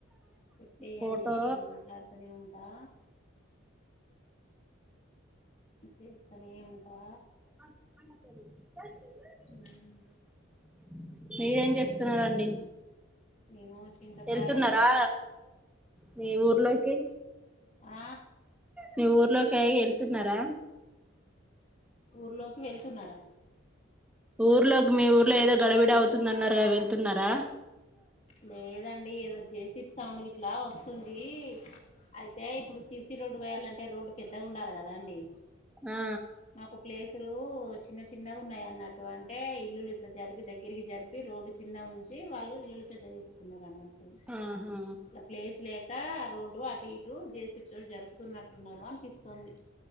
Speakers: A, on the left; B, in the centre.
A: పేట్టేయండి
B: ఫోటో
A: నేను మాట్లాడుతూనే ఉ టా చేస్తనే ఉంటా
B: <inaudible>
A: ఉమ్
B: మీరేం
A: ఇంకేంటి
B: చేస్తున్నారండి
A: మేము చింతకాయ
B: ఎళ్తున్నారా మీ ఊర్లోకి
A: ఆ
B: మీ ఊర్లోకి ఎళ్తున్నారా
A: ఊర్లోకి వెళ్తున్నారా
B: ఊర్లోకి మీ ఊర్లో ఏదో గడబిడ అవుతుందన్నారుగా వెళ్తున్నారా
A: లేదండి ఏదో జేసిపీ సౌండ్ ఇట్లా వస్తుంది ఇది అయితే ఇప్పుడు సిసి రోడ్డు పోయాలంటే రోడ్డు పెద్దగా ఉండాలి గదా అండి
B: ఆ
A: మాకు ప్లేసులు చిన్న చిన్న ఉన్నాయి అన్నట్టు అంటే ఇల్లులు ఇట్లా జరిపి దగ్గరికి జరిపి రోడ్డు చిన్న ఉంచి వాళ్ళు ఇల్లులు పెద్ద చేసుకున్నారు అన్నాటు
B: ఆహా
A: ఇలా ప్లేస్ లే కా ఆ రోడ్డు అటు ఇటు జేసిపి తో జరుపుతున్నట్టున్నారు అనిపిస్తుంది